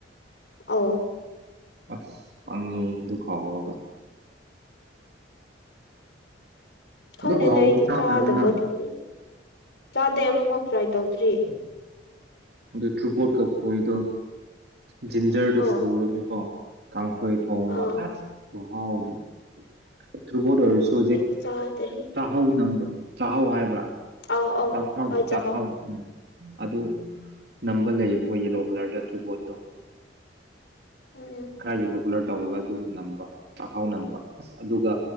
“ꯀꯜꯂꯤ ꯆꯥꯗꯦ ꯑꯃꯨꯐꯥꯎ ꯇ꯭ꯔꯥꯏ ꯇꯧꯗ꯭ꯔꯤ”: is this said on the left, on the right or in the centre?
Left